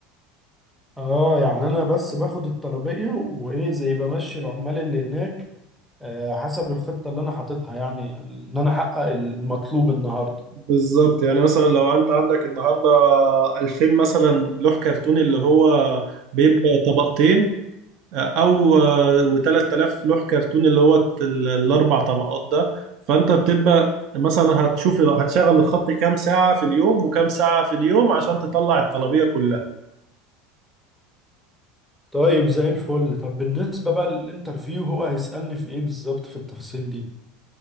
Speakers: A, in the centre; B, on the right.
A: اه يعني انا بس باخد الطلبية وايه زي بمشي العمال اللي هناك آه حسب الخطة اللي انا حاططها يعني ان انا احقق المطلوب النهاردة
B: بالظبط يعني مثلا لو انت عندك النهارده 2000 مثلا لوح كرتون اللي هو بيبقى طبقتين او و3000 لوح كرتون اللي هو ال- الاربع طبقات ده فانت بتبقى مثلا هتشوف هتشغل الخط كام ساعة في اليوم وكام ساعة في اليوم عشان تطلع الطلبية كلها
A: طيب زي الفل طب بالنسبة بقى للانترفيو هو هيسألني في ايه بالظبط في التفاصيل دي